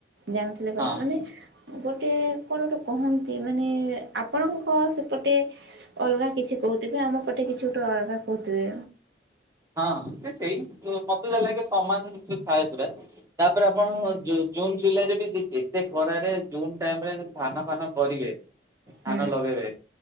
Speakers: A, on the right; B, on the right.
A: ଜାଣଥିଲେ କ
B: ହଁ
A: ମାନେ। ଗୋଟେ କଣ ଗୋଟେ କହନ୍ତି। ମାନେ ଆପଣଙ୍କ ସେପଟେ ଅଲଗା କିଛି କହୁଥିବେ। ଆମ ପଟେ କିଛି ଟ ଆଳଗା କଥୁବେ।
B: ହଁ ସେଇ ମତେଲାଗେ ସମାନ ଥାଏ। ପୁରା ତାପରେ ଆପଣ ଜୁନ ଜୁଲାଇ ରେ ବି ଏତେ ଖରାରେ ଜୁନ ଟାଇମ ରେ ଧାନ ଫାନ କରିବେ। ଧାନ
A: ହୁଁ
B: ଲଗେଇବେ